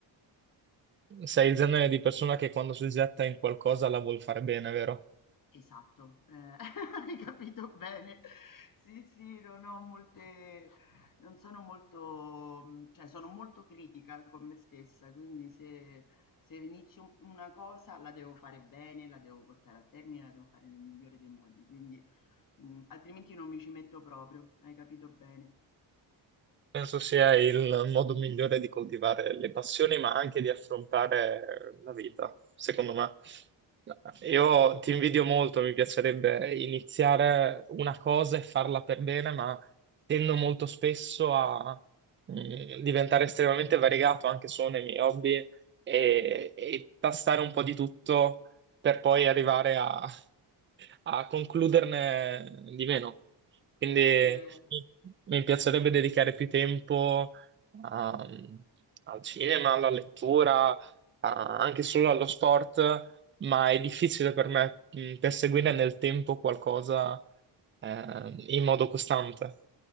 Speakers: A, on the right; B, on the left.
A: Sei il genere di persona che quando si getta in qualcosa la vuol fare bene, vero?
B: Esatto, ehm, <laughs> hai capito bene. Sì, sì, non ho molte non sono molto mhmm, cioè sono molto critica con me stessa, quindi se se inizio u una cosa la devo fare bene, la devo portare a termine, la devo fare nel migliore dei modi, quindi, mhmm, altrimenti non mi ci metto proprio, hai capito bene.
A: Penso sia il modo migliore di coltivare le passioni, ma anche di affrontare la vita, secondo me. Io ti invidio molto, mi piacerebbe iniziare una cosa e farla per bene, ma tendo molto spesso a mm, diventare estremamente variegato anche solo nei miei hobby e, e tastare un po' di tutto per poi arrivare a a concluderne di meno. Quindi
B: Ehm
A: mi mi piacerebbe dedicare più tempo a- al cinema, alla lettura, a- anche solo allo sport, ma è difficile per me mh, perseguire nel tempo qualcosa eh, in modo costante.